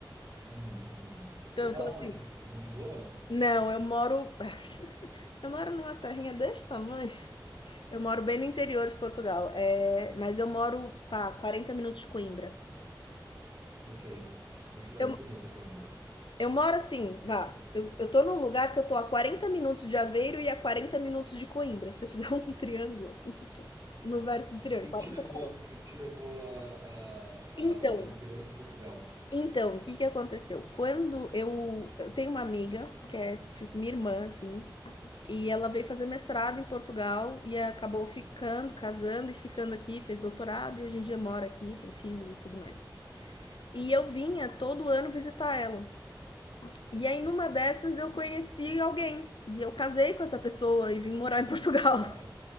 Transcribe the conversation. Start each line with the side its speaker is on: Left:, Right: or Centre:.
Right: uhum, uhum.
Left: Então
Right: Você mora
Left: eu tô assim
Right: onde? Em Lisboa?
Left: não, eu moro <laughs> eu moro numa terrinha desse tamanho Eu moro bem no interior de Portugal, é, mas eu moro, pá, 40 minutos de Coimbra.
Right: Ok. É uma cidade
Left: Eu,
Right: bonita, Coimbra.
Left: eu moro assim, vá. Eu, eu tô num lugar que eu tô a 40 minutos de Aveiro e a 40 minutos de Coimbra. Se você fizer <laughs> um triângulo, assim, eu tô no verso do triângulo.
Right: E o que que
Left: 40.
Right: te levou? O que que te levou a, a- a-
Left: Então,
Right: ao interior de Portugal?
Left: então, o que que aconteceu? Quando eu, eu tenho uma amiga, que é tipo minha irmã, assim, e ela veio fazer mestrado em Portugal e acabou ficando, casando e ficando aqui, fez doutorado e hoje em dia mora aqui, tem filhos e tudo mais. E eu vinha todo ano visitar ela. E aí, numa dessas, eu conheci alguém. E eu casei com essa pessoa e vim morar em Portugal.
Right: Uau.
Left: <laughs>